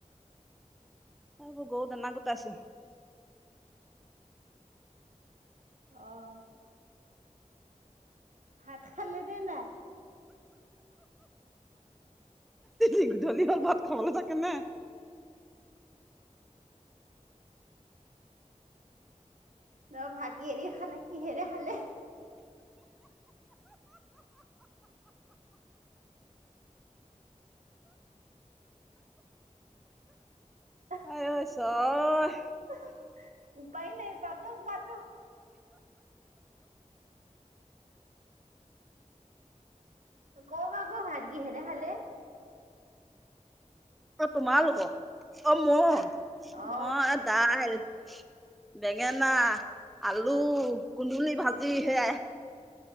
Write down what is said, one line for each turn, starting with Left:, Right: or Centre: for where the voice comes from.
Centre: তবৌ গৰু দানা গত আছেো
Right: আহ ভাত খালে নে নাই
Centre: এ গোধূলি হল ভাত খাবলৈ কেনে
Right: ন ভাতি হেৰি খালে কি হেৰে খালে <unintelligible>
Centre: আই ঐ ঈশ্বৰ
Right: কক আকৌ ভাত কিহেৰে খালে?
Centre: অ', তোমালোকক অ', মই,
Right: হা অ
Centre: মই দাইল বেঙেনা আলু,
Right: অ
Centre: কুন্দুলি
Right: অ
Centre: ভাজি সেয়াই।